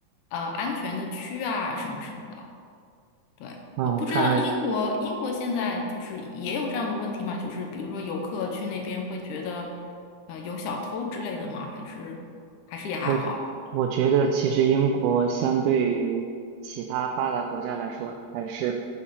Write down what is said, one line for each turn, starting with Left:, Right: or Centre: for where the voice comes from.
Left: 呃安全的区啊什么什么的。对，
Right: 嗯，
Left: 不不知道英国英国现在就是也有这样的问题吗？
Right: 看来。
Left: 就是比如说游客去那边会觉得，呃，有小偷之类的吗？还是还是也还好？
Right: 我我觉得其实英国相对于其他发达国家来说还是